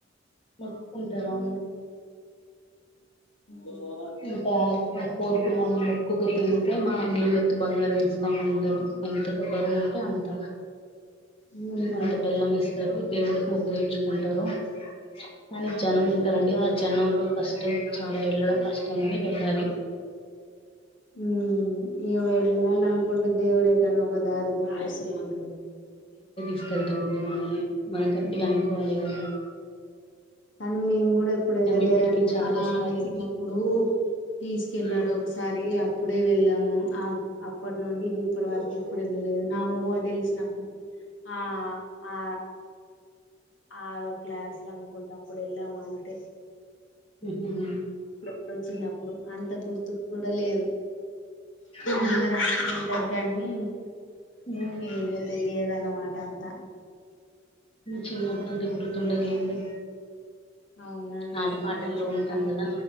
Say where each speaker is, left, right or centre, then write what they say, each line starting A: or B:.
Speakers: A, on the left; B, on the left.
A: మొక్కుంటార అవును
B: ఓఓ
A: ఇంకా ఆ కోరుకున్న మొక్కుకు తిగితే మా నిలువెత్తు బంగారం ఇస్తా ఉంటారు ఎంతకు బరువు ఉంటే అంత
B: ఉమ్
A: అంత బెల్లం ఇస్తారు దేవుడికి మొకు తీర్చుకుంటారు కానీ జనం ఉంటారంండి ఆ జనంలో కష్టం హట చాలా వెళ్ళడం కష్టం ని వెల్ళాలి
B: ఉ ఇ వెళ్ళాలి అనుకుంటూ దేవుడు అయితాను ఇదరది పసన్ పంట
A: వెళ్తా ని మనం కట్టిగా
B: ఉమ్
A: అనుకోవాలి కానీ
B: కానీ మేము కూడా ఎప్పుడు వెళ్ళలేదండి
A: ఇప్పటికి చాలా
B: మా నాన్న
A: సార్లు
B: చిన్నప్పుడు తీసుకెళ్ళాడు
A: ఉమ్
B: ఒకసారి అప్పుడు అప్పుడే వెళ్ళాము ఆ అప్పటి నుండి ఇప్పటి వరకు ఎప్పుడు వెళ్ళలేదు నువో తెలిసిన ఆ ఆ ఆరో క్లాసులు అనుకుంటా అప్పుడు ఎలా వాంట
A: హ
B: ఇప్పుడు చిన్నప్పుడు అంత గుర్తుకు కూడా లేదు
A: ఉమ్
B: అందర ఉంటారు జనీ
A: ఉమ్,
B: ఏ జతేలి ఏదానా వా ంటా అంత
A: చిన్నప్పుడు అంత గుర్తుండదులేండి
B: అవునండి
A: ఆట పాటల్లో
B: మర్చిపోతా
A: ఉంటాం కదా